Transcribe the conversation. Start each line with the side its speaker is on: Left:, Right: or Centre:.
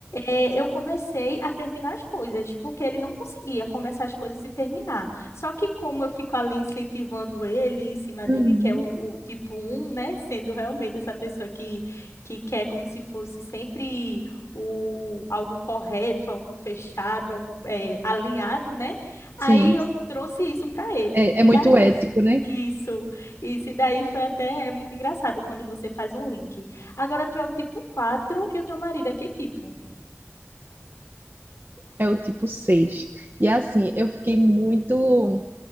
Left: eh, eu comecei a terminar as coisas, porque ele não conseguia começar as coisas e terminar. Só que como eu fico ali incentivando ele, em cima dele,
Right: Uhum.
Left: que é o, o tipo um né, sendo realmente essa pessoa que, que quer como se fosse sempre o, algo correto, algo fechado, algo eh, alinhado, né,
Right: Sim,
Left: Aí eu
Right: sim,
Left: trouxe isso para ele.
Right: É,
Left: E
Right: é muito
Left: daí,
Right: ético, né?
Left: isso, isso. E daí foi até, é muito engraçado quando você faz um link. Agora tu é o tipo quatro e o teu marido é que tipo?
Right: É o tipo 6. E assim, eu fiquei muito.